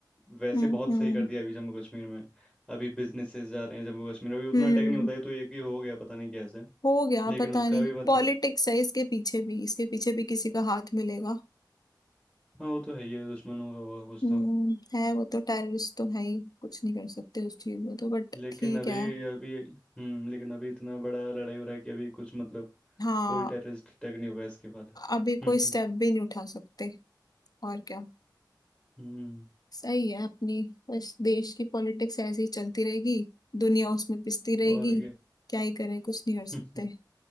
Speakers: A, in the centre; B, on the left.
A: वैसे
B: हम्म
A: बहुत
B: हम्म
A: सही कर दिया अभी जम्मू कश्मीर में अभी बिजनेसेस जा रहे हैं जम्मू कश्मीर में अभी उतना
B: हम्म
A: अटैक नहीं होता है तो एक ही हो गया पता नहीं कैसे
B: हो गया
A: लेकिन
B: पता
A: उसका
B: नहीं
A: भी मतलब
B: पॉलिटिक्स है इसके पीछे भी इसके पीछे भी किसी का हाथ मिलेगा
A: हाँ वो तो है ही है दुश्मनों का होगा कुछ
B: हम्म
A: तो
B: है वो तो टेररिस्ट तो है ही कुछ नहीं कर सकते उस चीज में तो बट
A: लेकिन
B: ठीक
A: अभी
B: है
A: अभी हम्म लेकिन अभी इतना बड़ा लड़ाई हो रहा है कि अभी कुछ मतलब
B: हाँ
A: कोई टेररिस्ट अटैक नहीं होगा इसके बाद <laughs>
B: अभी
A: हम्म
B: कोई स्टेप
A: हम्म
B: भी नहीं उठा सकते और क्या
A: हम्म,
B: सही है अपनी बस देश की पॉलिटिक्स ऐसे ही चलती रहेगी दुनिया उसमें पिसती रहेगी
A: और क्या
B: क्या ही करें कुछ नहीं
A: <laughs>
B: कर सकते